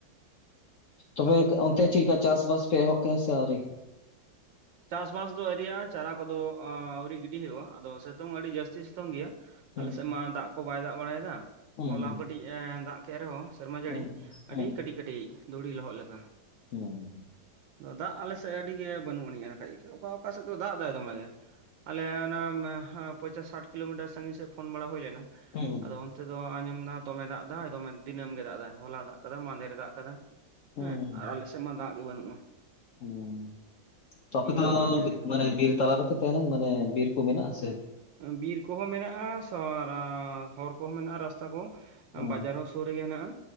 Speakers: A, on the left; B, on the right.
A: ᱛᱚᱵᱮ ᱚᱱᱛᱮ ᱪᱮᱫᱠᱟ ᱪᱟᱥᱵᱟᱥ ᱯᱮ ᱮᱦᱚᱵ ᱠᱮᱫᱟ ᱥᱮ ᱟᱹᱣᱨᱤ?
B: ᱪᱟᱥᱵᱟᱥ ᱫᱚ ᱟᱹᱣᱨᱤᱭᱟᱜ-ᱟ ᱪᱟᱨᱟ ᱠᱚᱫᱚ ᱟᱹᱣᱨᱤ ᱜᱤᱰᱤ ᱦᱩᱭᱩᱜ-ᱟ, ᱟᱫᱚ ᱥᱤᱛᱩᱝ ᱟᱹᱰᱤ ᱡᱟᱹᱥᱛᱤ ᱥᱤᱛᱩᱝ ᱜᱮᱭᱟ᱾
A: ᱦᱩᱸ
B: ᱟᱞᱮᱥᱮᱫ ᱢᱟ ᱫᱟᱜ ᱠᱚ ᱵᱟᱭ ᱫᱟᱜ ᱵᱟᱲᱟᱭᱮᱫᱟ,
A: ᱦᱩᱸ
B: ᱦᱚᱞᱟ ᱦᱚᱸ ᱠᱟᱹᱴᱤᱡ ᱮᱸ ᱫᱟᱜ ᱠᱮᱫ ᱨᱮᱦᱚᱸ, ᱥᱮᱨᱢᱟ
A: ᱦᱩᱸ
B: ᱡᱟᱹᱲᱤ, ᱟᱹᱰᱤ
A: ᱦᱩᱸ
B: ᱠᱟᱹᱴᱤᱡ ᱠᱟᱹᱴᱤᱡ ᱫᱷᱩᱲᱤ ᱞᱚᱦᱚᱫ ᱞᱮᱠᱟ᱾
A: ᱦᱩᱸᱻ
B: ᱫᱟᱜ ᱟᱞᱮ ᱥᱮᱫ ᱟᱹᱰᱤᱜᱮ ᱵᱟᱹᱱᱩᱜ ᱟᱹᱱᱤᱡ-ᱟ ᱮᱱᱠᱷᱟᱡ ᱜᱮ ᱚᱠᱟ ᱚᱠᱟ ᱥᱮᱫ ᱫᱚ ᱫᱟᱜ ᱮᱫᱟᱭ ᱫᱚᱢᱮ ᱜᱮ᱾ ᱟᱞᱮ ᱚᱱᱟ ᱢᱟᱦᱟ ᱯᱚᱧᱪᱟᱥ ᱥᱟᱴ ᱠᱤᱞᱳᱢᱤᱴᱟᱨ ᱥᱟᱺᱜᱤᱧ ᱥᱮᱫ ᱯᱷᱳᱱ ᱵᱟᱲᱟ ᱦᱩᱭ ᱞᱮᱱᱟ᱾
A: ᱦᱩᱸ
B: ᱟᱫᱚ ᱛᱮᱫᱚ ᱟᱸᱡᱚᱢᱫᱟ ᱫᱚᱢᱮ ᱫᱟᱜ ᱮᱫᱟᱭ ᱫᱚᱢᱮ ᱫᱤᱱᱟᱹᱢ ᱜᱮ ᱫᱟᱜ ᱫᱟ ᱦᱚᱞᱟ ᱫᱟᱜ ᱠᱟᱫᱟ ᱢᱟᱱᱫᱷᱮᱨ ᱨᱮ ᱫᱟᱜ ᱠᱟᱫᱟ᱾
A: ᱦᱩᱸ
B: ᱦᱮᱸ ᱟᱨ ᱟᱞᱮᱥᱮᱫ ᱢᱟ ᱫᱟᱜ ᱜᱮ ᱵᱟᱹᱱᱩᱜ-ᱟ᱾
A: ᱦᱩᱸ ᱛᱚ ᱟᱯᱮ ᱫᱚ
B: ᱟᱱᱟᱴ ᱨᱮᱜᱮ
A: ᱵᱤᱜ
B: ᱦᱮᱱᱟᱜ ᱞᱮ
A: ᱢᱟᱱᱮ ᱵᱤᱨ ᱛᱟᱞᱟ ᱨᱮᱯᱮ ᱛᱟᱦᱮᱱᱟ? ᱢᱟᱱᱮ ᱵᱤᱨ ᱠᱚ ᱢᱮᱱᱟᱜᱼᱟ ᱥᱮ
B: ᱮᱸᱜ ᱵᱤᱨ ᱠᱚᱦᱚᱸ ᱢᱮᱱᱟᱜ-ᱟ ᱥᱚᱣᱟ ᱨᱟ ᱦᱚᱨ ᱠᱚᱦᱚᱸ ᱢᱮᱱᱟᱜ-ᱟ ᱨᱟᱥᱛᱟ ᱠᱚ᱾
A: ᱦᱩᱸ
B: ᱵᱟᱡᱟᱨ ᱦᱚᱸ ᱥᱩᱨ ᱨᱮᱜᱮ ᱦᱮᱱᱟᱜ-ᱟ,